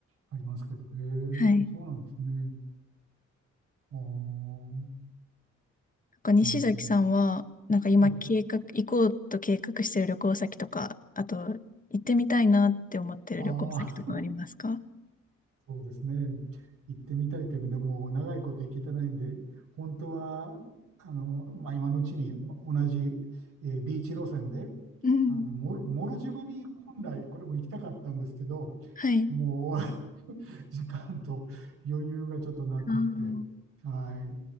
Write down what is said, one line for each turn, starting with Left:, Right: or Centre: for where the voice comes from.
Right: ありますけど、へえ、
Left: はい。
Right: そうなんですね。ああ、
Left: なんか西崎さんは、
Right: なるほど、
Left: なんか今計画、
Right: はい。
Left: 行こうと計画してる旅行先とか、あと行ってみたいなって思ってる旅行先とかありますか
Right: ああ、そうですね。行ってみたいという意味でもう長いこと行けてないんで、本当はあの、まあ、今のうちにま同じ、えービーチ路線で
Left: うん。
Right: あのモル、モルジブに本来これも行きたかったんですけど、
Left: はい。
Right: もう <laughs> 時間と余裕がちょっとなくって、
Left: あー
Right: はい、